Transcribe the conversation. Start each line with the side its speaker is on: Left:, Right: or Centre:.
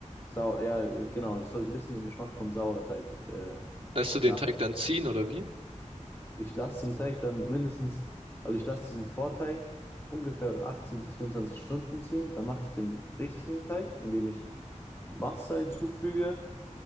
Left: Sau, ja, äh, genau, das soll ein bisschen den Geschmack von Sauerteig, äh,
Right: Lässt du den
Left: nach.
Right: Teig dann ziehen oder wie?
Left: Ich lasse den Teig dann mindestens, also ich lasse diesen Vorteig ungefähr 18 bis 24 Stunden ziehen, dann mache ich den richtigen Teig, indem ich Wasser hinzufüge